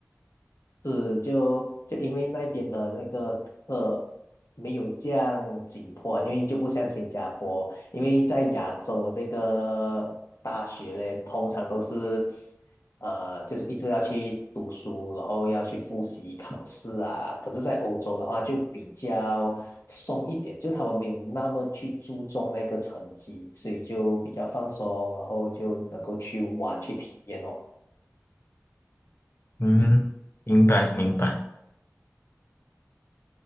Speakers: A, on the left (about 80°); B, on the left (about 55°).
A: 是就就因为那边的那个课没有这样紧迫啊，因为就不像新加坡，因为在亚洲的这个大学嘞，通常都是呃，就是一直要去读书，然后要去复习考试啊。可是，在欧洲的话就比较松一点，就他们没有那么去注重那个成绩，所以就比较放松，然后就能够去玩去体验哦。
B: 嗯，明白明白。